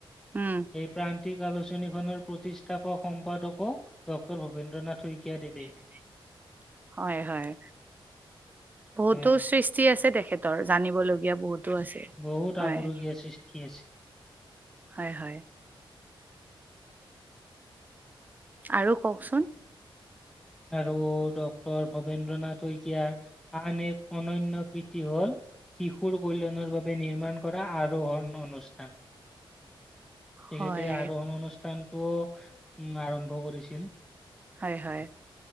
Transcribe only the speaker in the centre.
এই প্ৰান্তিক আলোচনীখনৰ প্ৰতিষ্ঠাপক সম্পাদকো ডক্তৰ ভবেন্দ্ৰ নাথ শইকীয়া দেৱে।
উম
বহুত
আপুৰুগীয়া সৃষ্টি আছে।
আৰু ডক্টৰ ভবেন্দ্ৰনাথ শইকীয়া আন এক অনন্য কৃতি হ'ল শিশুৰ কল্যাণৰ বাবে নিৰ্মাণ কৰা আৰোহণ অনুষ্ঠান। তেখেতে
আৰোহণ অনুষ্ঠানটোও উম আৰম্ভ কৰিছিল।